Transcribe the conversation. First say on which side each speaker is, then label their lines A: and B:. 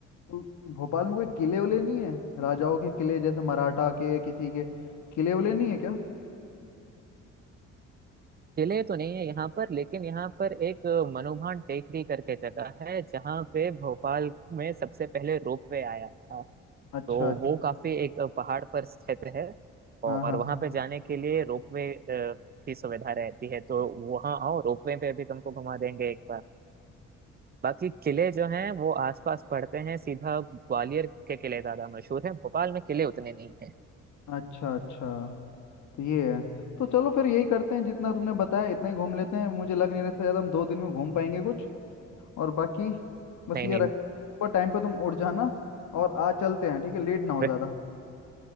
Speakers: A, on the left (about 70°); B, on the right (about 30°).
A: तो भोपाल में कोई किले उले नहीं है राजाओं के किले जैसे मराठा के या किसी के किले उले नहीं है क्या
B: किले तो नहीं है यहाँ पर लेकिन यहाँ पर एक मनुभान टेकरी करके जगह है जहाँ पे भोपाल में सबसे पहले रोपवे आया था
A: अच्छा
B: तो वो काफी एक पहाड़ पर क्षेत्र है
A: हाँ
B: और
A: हाँ
B: वहां पे जाने के लिए रोपवे की सुविधा रहती है तो वहां आओ रोपवे पे भी तुमको घुमा देंगे एक बार बाकी किले जो हैं वो आसपास पड़ते हैं सीधा ग्वालियर के किले ज्यादा मशहूर है भोपाल में किले उतने नहीं हैं
A: अच्छा अच्छा तो ये है तो चलो फिर यही करते हैं जितना तुमने बताया इतना ही घूम लेते हैं मुझे लग नहीं रहा इससे ज़्यादा हम दो दिन में घूम पाएंगे कुछ और बाकी बस
B: नहीं
A: ये
B: नहीं
A: रख सुबह टाइम पे तुम उठ जाना और आज चलते हैं ठीक है लेट ना हो
B: फिर
A: ज़्यादा